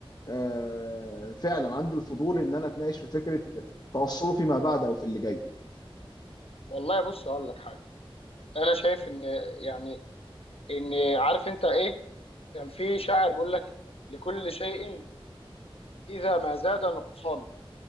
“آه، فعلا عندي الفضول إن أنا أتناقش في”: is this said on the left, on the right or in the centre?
Left